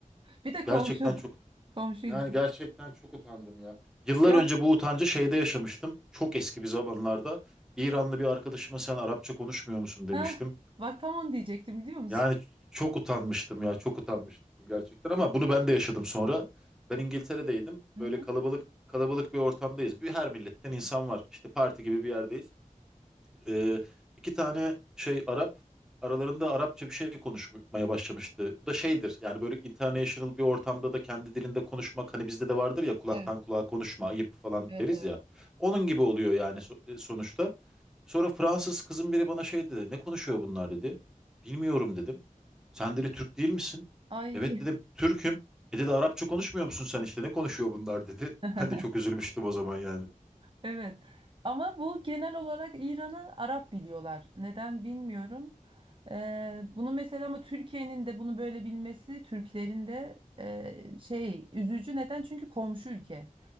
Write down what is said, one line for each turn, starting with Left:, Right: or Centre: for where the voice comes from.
Right: Bir de
Centre: Gerçekten
Right: komşu.
Centre: çok
Right: <laughs> Komşu
Centre: yani
Right: ilginç.
Centre: gerçekten çok utandım ya. Yıllar
Right: ya.
Centre: önce bu utancı şeyde yaşamıştım. Çok eski bir zamanlarda. İranlı bir arkadaşıma sen Arapça konuşmuyor musun demiştim.
Right: Ha, bak tam onu diyecektim biliyor musun?
Centre: Yani çok utanmıştım ya çok utanmıştım gerçekten ama bunu ben de yaşadım sonra. Ben İngiltere'deydim.
Right: Hı
Centre: Böyle
Right: hı.
Centre: kalabalık kalabalık bir ortamdayız. Bir her milletten insan var. İşte parti gibi bir yerdeyiz. Ee, iki tane şey Arap aralarında Arapça bir şey konuşmaya başlamıştı. Bu da şeydir yani böyle international bir ortamda da kendi dilinde konuşmak hani bizde de vardır ya kulaktan
Right: Evet,
Centre: kulağa konuşma ayıp falan
Right: evet,
Centre: deriz
Right: evet.
Centre: ya. Onun gibi oluyor yani so- e, sonuçta. Sonra Fransız kızın biri bana şey dedi ne konuşuyor bunlar dedi. Bilmiyorum dedim. Sen dedi Türk değil misin?
Right: Ay.
Centre: Evet dedim Türk'üm. E dedi Arapça konuşmuyor musun sen işte ne konuşuyor bunlar dedi.
Right: <laughs>
Centre: <laughs> Ben de çok üzülmüştüm o zaman yani.
Right: Evet. Ama bu genel olarak İran'ı Arap biliyorlar. Neden bilmiyorum. Ee, bunu mesela ama Türkiye'nin de bunu böyle bilmesi Türklerin de e, şey üzücü. Neden? Çünkü komşu ülke.